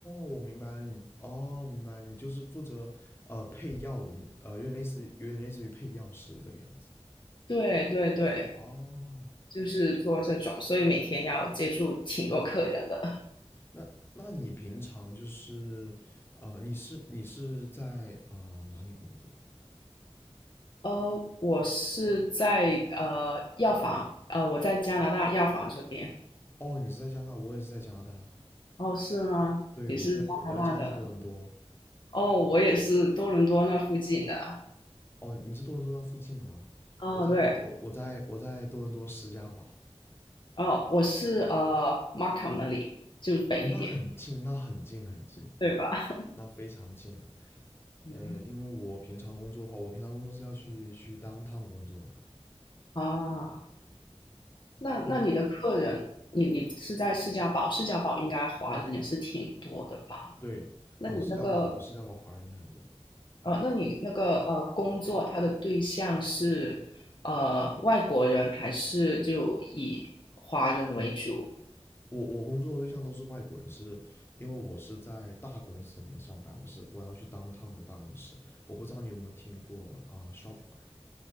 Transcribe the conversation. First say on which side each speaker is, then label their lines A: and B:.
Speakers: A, on the left (about 20°); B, on the left (about 50°).
A: 我明白了你，哦，我明白了你就是负责呃配药的那呃，有点类似，有点类似于配药师这个样子。
B: 对对对。
A: 哦，
B: 就是做这种，所以每天要接触挺多客人的。
A: 那那你平常就是，呃，你是你是在啊、呃哪里工作？
B: 呃，我是在呃药房，呃，我在加拿大药房这边。
A: 哦，你是在加拿大，我也是在加拿大。
B: 哦，是吗？
A: 对，
B: 也是加拿大的？
A: 我是在我在加拿大多伦多。
B: 哦，我也是多伦多那附近的。
A: 哦，你是多伦多那附近的吗？
B: 哦，
A: 我在我我在我在多伦多施加堡。
B: 对，哦，我是呃 Markham 那里，就北一点，
A: 哦，那很近，那很近很近，
B: 对吧？
A: 那非常近了。
B: <laughs> 对
A: 嗯，因为我平常工作的话，我平常工作是要去去当趟工作的。
B: 啊，那那你的客人，
A: 那
B: 你你是在士嘉堡，士嘉堡应该华人也是挺多的吧？
A: 对，
B: 那你那个
A: 呃，施加堡施加堡华人也很多。
B: 呃，那你那个呃工作，他的对象是呃外国人还是就以华人为主？
A: 我我工作的对象都是外国人，是因为我是在大公司里面上班，我是我要去当趟的大公司。我不知道你有没有听过啊、呃 Shopify？